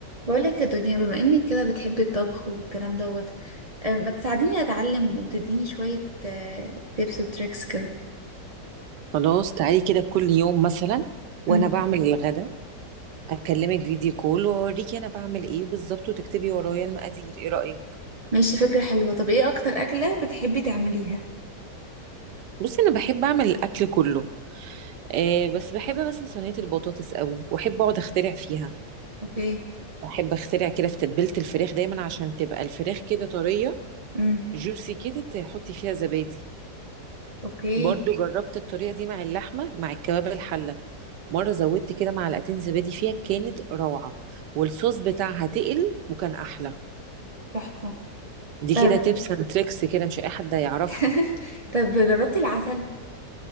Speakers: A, on the right; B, on the right.
A: بقولك يا دنيا بما انك كده بتحبي الطبخ والكلام دوت أه، ما تساعديني اتعلم وتديني شوية تيبس وتريكس كده
B: خلاص تعالي كده كل يوم مثلا وانا
A: امم
B: بعمل الغدا اكلمك فيديو كول واوريكي انا بعمل ايه بالظبط وتكتبي ورايا المقادير ايه رأيك
A: ماشي فكرة حلوة طب ايه اكتر اكلة بتحبي تعمليها
B: بصي انا بحب اعمل الاكل كله آه بس بحب مثلا صينية البطاطس قوي واحب اقعد اخترع فيها
A: اوكي
B: احب اخترع كده في تتبيلة الفراخ دايما عشان تبقى الفراخ كده طرية
A: امم
B: جوسي كده تحطي فيها زبادي
A: اوكي
B: برضو جربت الطريقة دي مع اللحمة مع الكباب الحلة مرة زودت كده معلقتين زبادي فيها كانت روعة والصوص بتاعها تقل وكان احلى
A: تحفة
B: دي
A: طب
B: كده تيبس اند تريكس كده مش اي حد هيعرفها
A: <laughs> طب جربتي العسل